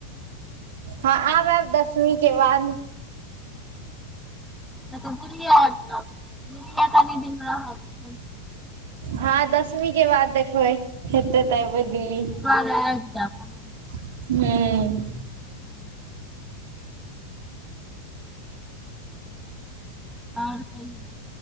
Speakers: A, on the right; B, in the centre.
A: हँ आब आयब दसमी के बाद।
B: ह त दिल्ली अब टब दिलये कनि दिन रहब
A: हँ दसमी के बाद देखबै हेते त एबै दिल्ली।
B: त आयब जाब <unintelligible>
A: हूम्म
B: <inaudible> और कहिये